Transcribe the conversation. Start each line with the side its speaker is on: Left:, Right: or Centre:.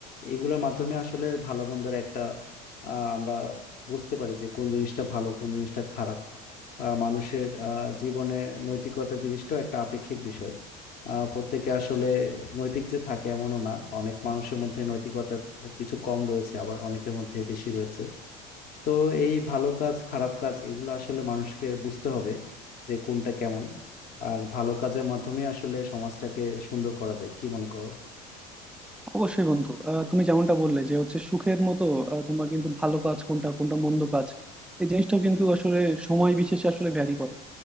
Left: এগুলোর মাধ্যমে আসলে ভালো মন্দের একটা আহ আমরা বুঝতে পারি যে কোন জিনিসটা ভালো কোন জিনিসটা খারাপ আহ, মানুষের আহ, জীবনে নৈতিকতা জিনিসটাও একটা আপেক্ষিক বিষয় আহ, প্রত্যেকে আসলে নৈতিক যে থাকে এমনও না অনেক মানুষের মধ্যে নৈতিকতার কিছু কম রয়েছে আবার অনেকের মধ্যে বেশি রয়েছে তো এই ভালো কাজ খারাপ কাজ এগুলো আসলে মানুষকে বুঝতে হবে যে কোনটা কেমন আর ভালো কাজের মাধ্যমে আসলে সমাজটাকে সুন্দর করা যায় কি মনে করো
Centre: অবশ্যই বন্ধু আহ, তুমি যেমনটা বললে যে হচ্ছে সুখের মতো আহ, তোমার কিন্তু ভালো কাজ কোনটা কোনটা মন্দ কাজ এই জিনিসটাও কিন্তু আসলে সময় বিশেষে আসলে ভ্যারি করে